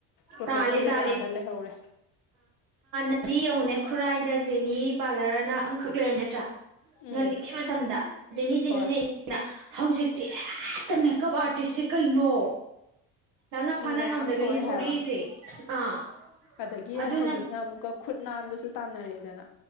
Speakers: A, on the left (about 60°); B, on the right (about 60°).
A: ꯄ꯭ꯔꯣꯐꯦꯁꯔꯒꯗꯤ
B: ꯇꯥꯜꯂꯦ ꯇꯥꯜꯂꯦ
A: ꯑꯥꯗ ꯂꯩꯍꯧꯔꯦ
B: ꯑꯗꯨ ꯌꯦꯡꯉꯨꯅꯦ ꯈꯨꯔꯥꯏꯗ ꯖꯦꯅꯤ ꯄꯥꯔꯂꯔꯅ ꯑꯃꯈꯛ ꯂꯩꯔꯝꯃꯤ ꯅꯠꯇ꯭ꯔꯥ
A: ꯎꯝ
B: ꯉꯜꯂꯤꯉꯩ ꯃꯇꯝꯗ ꯅꯤ ꯖꯤꯅꯤ
A: ꯍꯣꯏ
B: ꯅꯤꯅ ꯍꯧꯖꯤꯛꯇꯤ ꯑꯦ ꯑꯠꯇ ꯃꯦꯀꯞ ꯑꯥꯔꯇꯤꯁꯁꯦ ꯀꯩꯅꯣ ꯅꯪꯅ ꯐꯥꯅ
A: ꯃꯌꯥꯝ
B: ꯉꯝꯗꯒꯩꯅꯦ
A: ꯊꯣꯏ
B: ꯊꯣꯛꯂꯛꯏꯁꯦ
A: ꯍꯥꯏꯕ
B: ꯑꯥ
A: ꯑꯗꯒꯤ
B: ꯑꯗꯨꯅ
A: ꯍꯧꯖꯤꯛꯅ ꯑꯃꯨꯛꯀ ꯈꯨꯠ ꯅꯥꯟꯕꯁꯨ ꯇꯥꯟꯅꯔꯦꯗꯅ